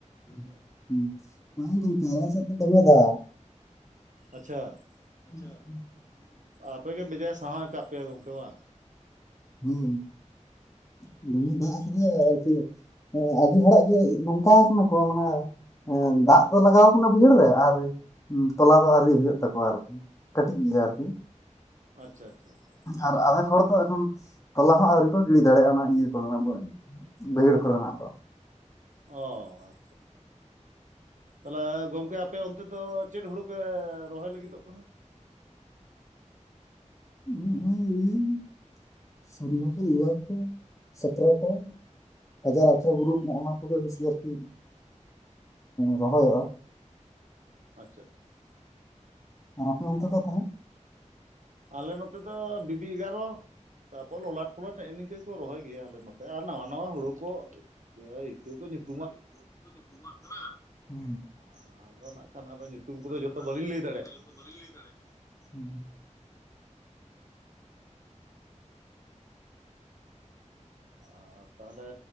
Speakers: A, on the left (about 25°); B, on the right (about 80°).
A: ᱮᱫᱟ ᱵᱟᱝ ᱜᱚᱢᱠᱮ ᱟᱞᱮ ᱥᱮᱫ ᱫᱚ ᱫᱚᱢᱮ ᱫᱟᱜ
B: ᱟᱪᱪᱷᱟ
A: <unintelligible>
B: ᱟᱯᱮ ᱜᱮ ᱵᱮᱡᱟᱭ ᱥᱟᱦᱟᱣ ᱟᱠᱟᱫ ᱯᱮᱭᱟ ᱜᱚᱢᱠᱮ ᱵᱟᱝ
A: ᱦᱳᱭ ᱫᱚᱢᱮ ᱫᱟᱜ ᱟᱠᱟᱫᱟᱭ ᱟᱨᱠᱤ ᱮ ᱟᱹᱰᱤ ᱦᱚᱲᱟᱜ ᱜᱮ ᱱᱚᱝᱠᱟ ᱠᱟᱱᱟ ᱠᱚ ᱢᱟᱱᱮ ᱫᱟᱜ ᱫᱚ ᱞᱟᱜᱟᱣ ᱠᱟᱱᱟ ᱵᱟᱹᱭᱦᱟᱹᱲ ᱨᱮ ᱟᱨ ᱛᱚᱞᱟ ᱫᱚ ᱟᱹᱣᱨᱤ ᱦᱩᱭᱩᱜ ᱛᱟᱠᱚᱣᱟ ᱟᱨ ᱠᱟᱹᱴᱤᱡ ᱜᱮᱭᱟ ᱟᱨᱠᱤ
B: ᱟᱪᱪᱷᱟ ᱟᱪᱪᱷᱟ ᱟᱪᱪᱷᱟ
A: ᱟᱨ ᱟᱫᱮᱠ ᱦᱚᱲ ᱫᱚ ᱮᱠᱷᱚᱱ ᱛᱚᱞᱟ ᱦᱚᱸ ᱟᱹᱣᱨᱤ ᱠᱚ ᱜᱤᱲᱤ ᱫᱟᱲᱮᱭᱟᱜᱼᱟ ᱚᱱᱟ ᱤᱭᱟᱹ ᱠᱚᱨᱮ ᱵᱟᱹᱭᱦᱟᱹᱲ ᱠᱚᱨᱮᱱᱟᱜ ᱫᱚ
B: ᱚᱸ, ᱛᱟᱦᱚᱞᱮ ᱜᱚᱝᱠᱮ ᱟ ᱟᱯᱮ ᱚᱱᱛᱮ ᱫᱚ ᱪᱮᱫ ᱦᱳᱲᱳ ᱯᱮ, ᱨᱚᱦᱚᱭ ᱞᱟᱹᱜᱤᱫᱚᱜ ᱠᱟᱱᱟ?
A: <unintelligible> <inaudible> ᱥᱚᱨᱱᱚ ᱠᱚ ᱱᱚᱣᱟ ᱠᱚ, ᱥᱚᱛᱮᱨᱚ ᱠᱚ ᱦᱟᱡᱟᱨ ᱟᱴᱷᱨᱚ,
B: ᱟᱪᱪᱷᱟ
A: ᱜᱨᱩᱯ
B: ᱟᱪᱪᱷᱟ
A: ᱱᱚᱜᱼᱱᱟ ᱠᱚ᱾ ᱠᱚᱜᱮ ᱵᱮᱥᱤ ᱟᱨᱠᱤ ᱨᱚᱦᱚᱭᱚᱜᱼᱟ᱾
B: ᱚ ᱟᱪᱪᱷᱟ ᱟᱪᱪᱷᱟ᱾
A: ᱟᱨ ᱟᱯᱮ ᱚᱱᱛᱮ ᱫᱚ ᱛᱟᱦᱚᱞᱮ?
B: ᱟᱞᱮ ᱱᱚᱛᱮ ᱫᱚ ᱵᱤᱵᱤ ᱮᱜᱟᱨᱚ᱾ ᱛᱟᱯᱚᱨ ᱞᱚᱞᱟᱴ ᱯᱚᱞᱟᱴ ᱱᱮᱜᱼᱮ ᱱᱤᱝᱟᱹ, ᱠᱚ ᱨᱚᱦᱚᱭ ᱜᱮᱭᱟ ᱟᱞᱮ ᱱᱚᱛᱮ, ᱟᱨ ᱱᱟᱣᱟ ᱱᱟᱣᱟ ᱦᱳᱲᱳ ᱠᱚ ᱤᱛᱟᱹ ᱠᱚ ᱧᱩᱛᱩᱢ᱾
A: ᱤᱛᱟᱹ ᱠᱚ ᱧᱩᱛᱩᱢᱟᱜ ᱠᱟᱱᱟ, ᱦᱩ
B: ᱟᱫᱚ ᱱᱟᱜ ᱠᱷᱟᱱ ᱟᱫᱚ ᱧᱩᱛᱩᱢ, ᱠᱚᱫᱚ
A: ᱠᱟ
B: ᱡᱚᱛᱚ ᱵᱟᱹᱞᱤᱧ
A: ᱧᱩᱛᱩᱢ
B: ᱞᱟᱹᱭ ᱫᱟᱲᱮᱭᱟᱜ
A: ᱠᱚ,
B: ᱠᱟᱱᱟ
A: ᱡᱚᱛ ᱵᱟᱞᱤᱧ ᱞᱟᱹᱭ ᱫᱟᱲᱮ ᱠᱟᱱᱟ᱾
B: ᱟᱨ ᱛᱟᱦᱚᱞᱮ,